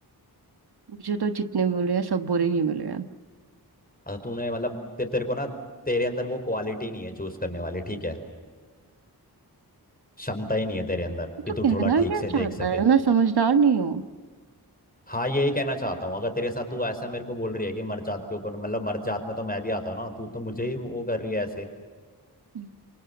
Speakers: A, on the right; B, on the left.
A: मुझे तो जितने मिले हैं सब बुरे ही मिले हैं
B: अगर तूने मतलब तेरे तेरे को ना तेरे अंदर वो क्वालिटी नहीं है चूज करने वाली ठीक है क्षमता ही नहीं है तेरे अंदर कि
A: तो
B: तू
A: कहना
B: थोड़ा ठीक
A: क्या
B: से
A: चाहता
B: देख सके
A: है मैं समझदार नहीं हूँ
B: हाँ यही कहना चाहता हूँ अगर तेरे साथ तू ऐसा मेरे को बोल रही है कि मर्द जात के ऊपर मतलब मर्द जात में तो मैं भी आता हूँ ना तू तो मुझे ही वो कर रही है ऐसे
A: हम्म,